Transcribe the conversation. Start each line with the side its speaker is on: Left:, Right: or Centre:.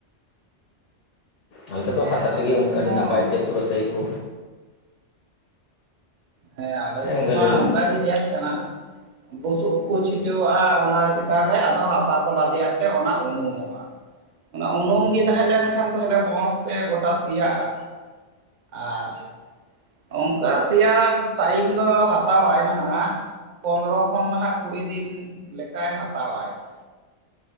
Left: ᱟᱞᱮ ᱥᱮᱫ
Right: ᱦᱮᱸ
Left: ᱫᱚ ᱦᱟᱥᱟ
Right: ᱟᱞᱮ
Left: ᱛᱮᱜᱮ
Right: ᱥᱮᱫ
Left: ᱚ ᱟᱹᱰᱤ
Right: ᱦᱚᱸ
Left: ᱱᱟᱯᱟᱭ ᱛᱮ ᱯᱩᱨᱟᱹᱥᱟᱹᱭᱮᱫ ᱠᱚ
Right: ᱦᱮᱸ ᱟᱞᱮ ᱥᱮᱫ
Left: ᱜᱚᱝᱠᱮ
Right: ᱢᱟ
Left: ᱞᱟᱹᱭ ᱵᱮᱱ
Right: ᱚᱝᱠᱟᱜᱮ ᱧᱮᱞ ᱟᱠᱟᱱᱟ ᱾ ᱵᱩᱥᱩᱵ ᱠᱚ ᱪᱷᱤᱴᱟᱹᱣᱟᱜᱼᱟ ᱚᱱᱟ ᱪᱮᱛᱟᱱ ᱨᱮ ᱟᱫᱚ ᱦᱟᱥᱟ ᱠᱚ ᱞᱟᱫᱮᱭᱟᱜ ᱛᱮ ᱚᱱᱟ ᱩᱱᱩᱢᱚᱜᱼᱟ ᱾ ᱚᱱᱟ ᱩᱱᱩᱢ ᱜᱮ ᱛᱟᱦᱮᱸ ᱞᱮᱱᱠᱷᱟᱱ ᱛᱟᱦᱚᱞᱮ ᱢᱚᱸᱥ ᱛᱮ ᱜᱚᱴᱟ ᱥᱮᱭᱟᱜᱼᱟ ᱾ ᱟᱨᱻ ᱚᱝᱠᱟ ᱥᱮᱭᱟ ᱴᱟᱭᱤᱢ ᱫᱚ ᱦᱟᱛᱟᱣ ᱟᱭ ᱱᱟᱦᱟᱜ, ᱯᱚᱱᱨᱚ ᱠᱷᱚᱱ ᱱᱟᱦᱟᱜ ᱠᱩᱲᱤ ᱫᱤᱱ ᱞᱮᱠᱟᱭ ᱦᱟᱛᱟᱣ ᱟᱭ ᱾